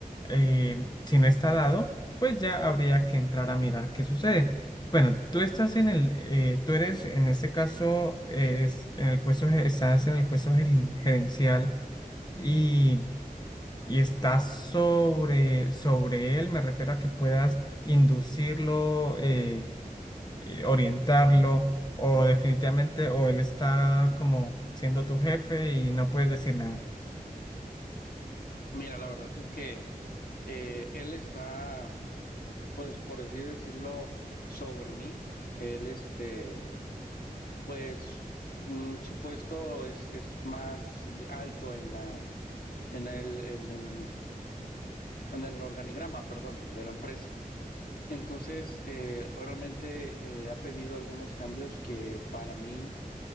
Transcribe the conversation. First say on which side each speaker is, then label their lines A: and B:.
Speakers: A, on the left; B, on the left.
A: eh, si no está dado, pues ya habría que entrar a mirar qué sucede. Bueno, tú estás en el, eh, tú eres en este caso, eh, es- en el puesto, ge- estás en el puesto gerin- gerencial y, y estás sobre, sobre él, me refiero a que puedas inducirlo, eh, eh, orientarlo o definitivamente, o él está como siendo tu jefe y no puedes decir nada.
B: Mira, la verdad es que eh, él está, pues, por así decirlo, sobre mí. Él, este Pues mm, su puesto es, es más alto en la, en el, en el, en el organigrama, perdón, de la empresa. Entonces, eh, realmente eh, ha pedido algunos cambios que para mí,